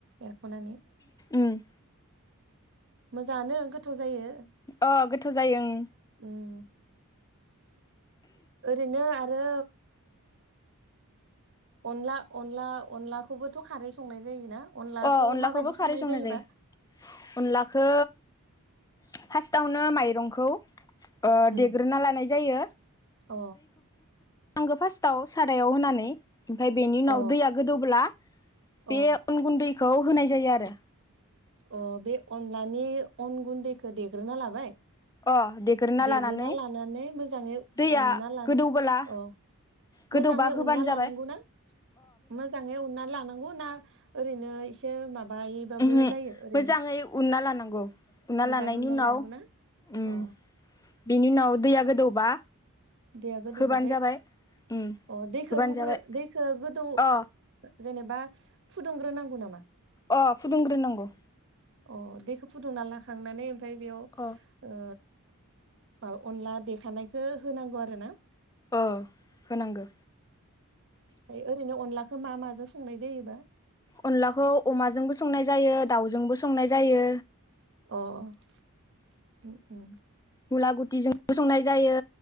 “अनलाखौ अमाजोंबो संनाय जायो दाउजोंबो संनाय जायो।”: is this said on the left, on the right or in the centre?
Left